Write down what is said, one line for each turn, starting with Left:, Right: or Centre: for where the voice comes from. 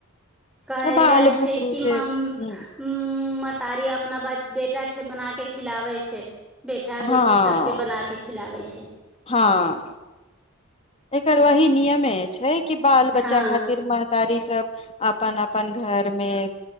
Centre: काल्हि
Left: आ बाल
Centre: जाइ छै
Left: बुतरू
Centre: कि
Left: से
Centre: म-
Left: ह
Centre: तारी अपना बेटाके बना के खिलाबै छै बेटा
Left: हँ
Centre: बेटी सब के बना के खिलाबै छै छै
Left: हँ एकर वही नियमे छै की बाल बच्चा
Centre: हँ
Left: खातिर महता ई सब अपन अपन घर में